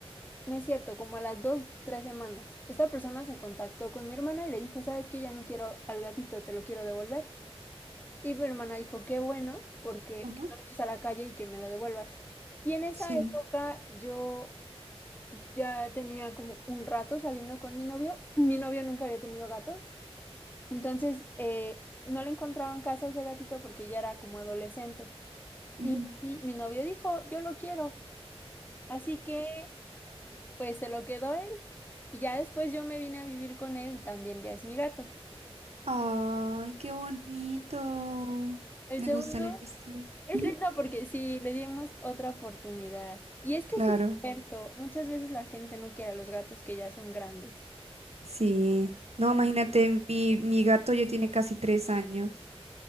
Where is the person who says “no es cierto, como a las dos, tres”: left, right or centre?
Left